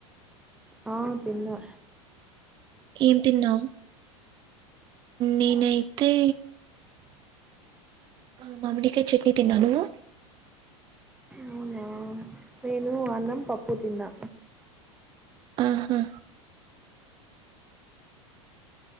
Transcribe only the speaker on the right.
ఏం తిన్నావు నేనైతే ఆ మామ్మడికాయ చట్నీ తిన్నా నువ్వు
ఆహా